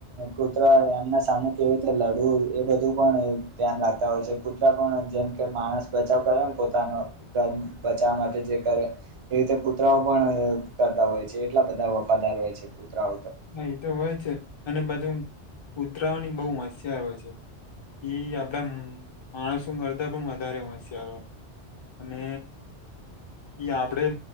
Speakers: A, on the right (about 40°); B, on the left (about 35°).
A: કૂતરા એમના સામું કેવી રીતે લડવું એ બધું પણ ધ્યાન રાખતા હોય કૂતરા પણ જેમ કે માણસ બચાવ કરે પોતાનો ઘ બચાવવા માટે જે કરે એ રીતે કુતરાઓ પણ કરતા હોય છે એ બધા વફાદાર હોય છે કુતરા
B: હા એ તો હોય છે અને બાજુ કુતરાઓની બહુ હોશિયાર હોય છે ઈ આપણા માણસો કરતા પણ વધારે હોશિયાર હોય અને એ આપણેે